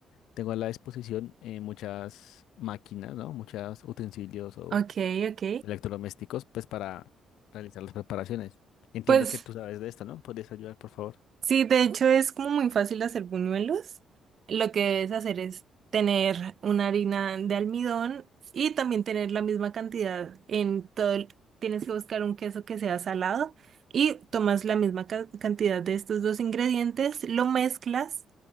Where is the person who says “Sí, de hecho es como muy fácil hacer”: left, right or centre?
Right